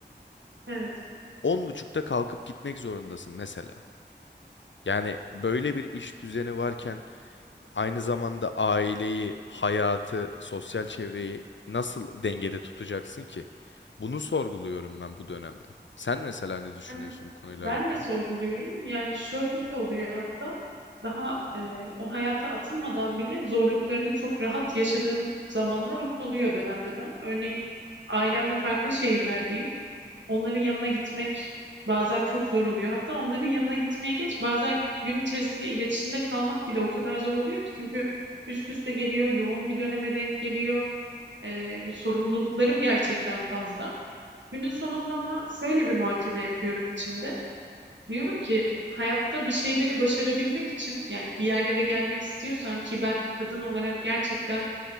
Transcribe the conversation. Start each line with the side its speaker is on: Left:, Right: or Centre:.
Right: evet.
Left: on buçukta kalkıp gitmek zorundasın mesela. Yani böyle bir iş düzeni varken Aynı zamanda aileyi, hayatı, sosyal çevreyi nasıl dengede tutacaksın ki? Bunu sorguluyorum ben bu dönemde. Sen mesela ne düşünüyorsun
Right: Ben,
Left: bu konuyla
Right: ben
Left: alakalı?
Right: de sorguluyorum. Yani şöyle oluyor hatta daha e, o hayata atılmadan bile zorluklarını çok rahat yaşadığım zamanlar oluyor dönem dönem. Örneğin ailemle farklı şehirlerdeyim. onların yanına gitmek bazen çok zor oluyor. Hatta onların yanına gitmeye geç, bazen gün içerisinde iletişimde kalmak bile o kadar zor oluyor ki çünkü üst üste geliyor, yoğun bir döneme denk geliyor. Ee, bir sorumluluklarım gerçekten fazla. Günün sonunda ama şöyle bir muhakeme yapıyorum içimde. Diyorum ki hayatta bir şeyleri başarabilmek için yani bir yerlere gelmek istiyorsan ki ben kadın olarak gerçekten